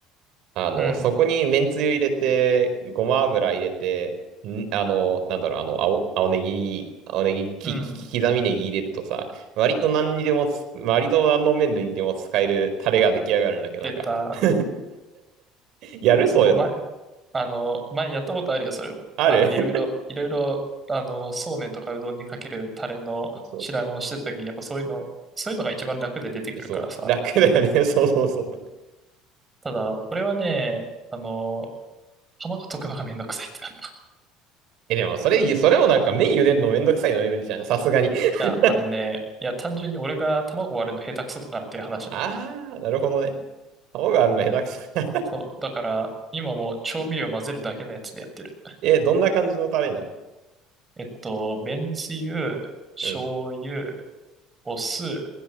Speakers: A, on the right; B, on the right.
A: あの、
B: うん、
A: そこにめんつゆ入れて、ごま油入れて、ん、あの、なんだろう、あの、青、青ネギ、青ネギ、き、
B: うん。
A: き刻みネギ入れるとさ、割と何にでもつ、割と何の麺類にでも使えるタレが出来上がるんだけど、
B: 出た、
A: なんか <laughs> やるそういうの。
B: そう、前あの、前やったことあるよ、それも。
A: ある
B: あの、いろいろ、いろいろ、あの、そうめんとかうどんにかけるタレの調べをしてた時、
A: <laughs> そうそう。
B: やっぱそういうの、そういうのが一番楽で出てくるからさ。
A: えそう、楽だよね。<laughs> そうそうそう。
B: ただ、俺はね、あの、卵溶くのがめんどくさいってなる
A: え、でもそれ、それもなんか麺茹でるのめんどくさいのレベルじゃん。さすがに。<laughs>
B: いや、あのね、いや、単純に俺が卵割るの下手くそだからっていう話なの。
A: あー、なるほどね。卵あるの下手くそ。<laughs>
B: そう、だから、今もう調味料混ぜるだけのやつでやってる。
A: え、どんな感じのタレなの
B: えっと、めんつゆ、醤油、
A: うん。
B: お酢、